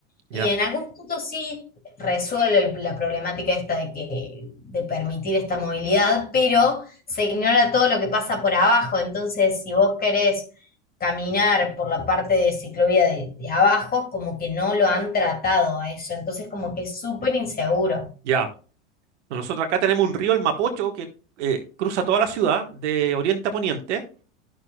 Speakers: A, on the right (about 70°); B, on the left (about 25°).
A: ya,
B: y en algún punto sí resuelve el- la problemática esta de que, de permitir esta movilidad, pero se ignora todo lo que pasa por abajo. Entonces, si vos querés caminar por la parte de ciclovía de, de abajo, como que no lo han tratado a eso. Entonces, como que es súper inseguro.
A: ya. Nosotros acá tenemos un río, el Mapocho, que eh, cruza toda la ciudad de oriente a poniente.